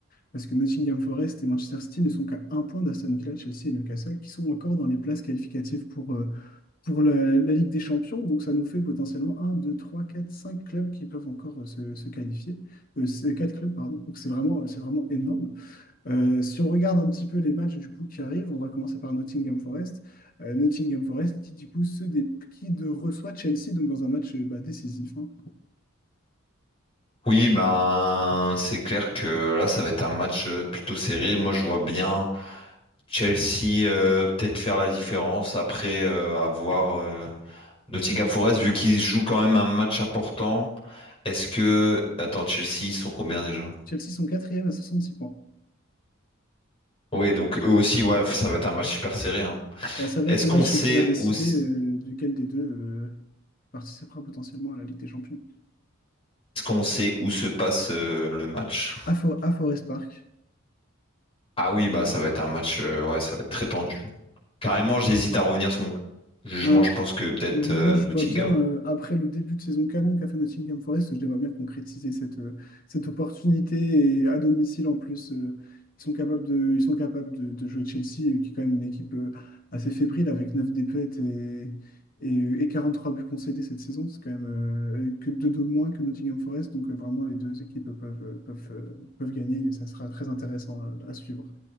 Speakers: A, on the left; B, on the left.
A: Parce que Nottingham Forest et Manchester City ne sont qu'à un point d'Aston Villa, Chelsea et Newcastle, qui sont encore dans les places qualificatives pour, euh, pour la, la Ligue des Champions. Donc ça nous fait potentiellement un, 2, 3, 4, 5 clubs qui peuvent encore euh, se, se qualifier. Euh, c'est- quatre clubs, pardon. Donc c'est vraiment, c'est vraiment énorme. Euh, si on regarde un petit peu les matchs du coup qui arrivent, on va commencer par Nottingham Forest. Euh, Nottingham Forest qui du coup se dé- qui de reçoit Chelsea donc dans un match euh, bah, décisif. hein.
B: Oui, ben, c'est clair que là, ça va être un match euh, plutôt serré. Moi, je vois bien Chelsea euh, peut-être faire la différence après euh, avoir euh, Nottingham Forest, vu qu'ils jouent quand même un match important. Est-ce que... Attends, Chelsea, ils sont combien déjà?
A: Chelsea sont quatrième à 66 points.
B: Oui, donc eux aussi, ouais, ça va être un match super serré. hein.
A: Bah, ça va
B: Est-ce
A: être le
B: qu'on
A: match
B: sait
A: qui va décider
B: où s-
A: euh, duquel des deux euh, participera potentiellement à la Ligue des Champions.
B: est-ce qu'on sait où se passe euh, le match?
A: À, à, For- à Forest Park.
B: Ah oui, bah ça va être un match, euh, ouais, ça va être très tendu. Carrément, j'hésite à revenir sur mon jugement.
A: Un,
B: Je pense que peut-être
A: Moi,
B: euh,
A: je
B: Nottingham.
A: vois bien, euh, après le début de saison canon qu'a fait Nottingham Forest, je les vois bien concrétiser cette, euh, cette opportunité. Et à domicile, en plus, euh, ils sont capables de, ils sont capables de, de jouer Chelsea, euh, qui est quand même une équipe euh, assez fébrile, avec 9 défaites et, et, et 43 buts concédés cette saison. C'est quand même euh, que 2 de moins que Nottingham Forest. Donc, euh, vraiment, les deux équipes peuvent, euh, peuvent, euh, peuvent gagner et ça sera très intéressant à, à suivre.